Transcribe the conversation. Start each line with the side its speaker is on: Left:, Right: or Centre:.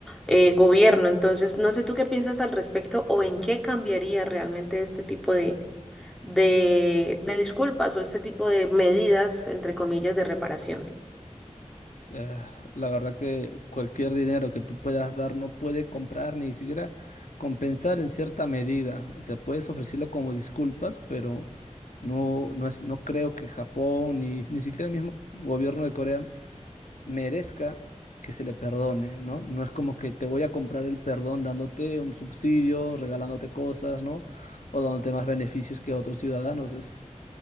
Centre: eh, gobierno. Entonces, no sé tú qué piensas al respecto o en qué cambiaría realmente este tipo de, de, de disculpas o este tipo de medidas, entre comillas, de reparación.
Left: Eh, la verdad que cualquier dinero que tú puedas dar no puede comprar ni siquiera compensar en cierta medida. O sea, puedes ofrecerlo como disculpas, pero no, no es, no creo que Japón ni, ni siquiera el mismo gobierno de Corea merezca que se le perdone, ¿no? No es como que te voy a comprar el perdón dándote un subsidio, regalándote cosas, ¿no? O dándote más beneficios que otros ciudadanos. Es,